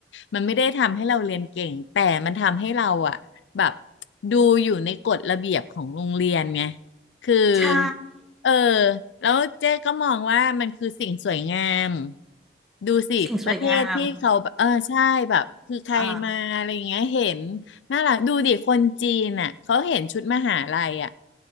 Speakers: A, on the left (about 85°); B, in the centre.
A: มันไม่ได้ทำให้เราเรียนเก่งแต่มันทำให้เราอะแบบดูอยู่ในกฎระเบียบของโรงเรียนไงคือ
B: ใช่
A: เออแล้วเจ๊ก็มองว่ามันคือสิ่งสวยงามดูสิประเทศที่เขาแบบเออใช่แบบคือใครมาอะไรอย่างเงี้ยเห็น
B: สิ่งสวยงามเอ่อ
A: น่ารักดูดิคนจีนอ่ะเขาเห็นชุดมหาลัยอ่ะ